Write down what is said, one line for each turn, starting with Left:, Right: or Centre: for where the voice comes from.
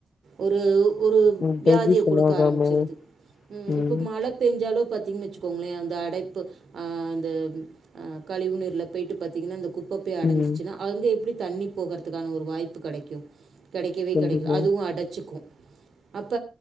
Right: ஒரு ஒரு
Left: ம்
Right: வியாதியை
Left: டைஜஷன்
Right: குடுக்க
Left: ஆகாம
Right: ஆரம்பிச்சிருது
Left: ம்
Right: இப்ப மழ பெஞ்சாலோ பாத்தீங்கன்னு வச்சுக்கோங்களேன் அந்த அடைப்பு அந்த கழிவுநீர்ல போயிட்டு பாத்தீங்கன்ன அந்த குப் ப்பை போய் அடைஞ்சிச்சுனா
Left: ம்
Right: அவங்க எப்படி தண்ணி போகறதுக்கான ஒரு வாய் ப்பு கடைக்கு கெடைக்கவே
Left: கண்டிப்பா
Right: கெடைக்கல அதுவு அடைச்சிக்கு அப்ப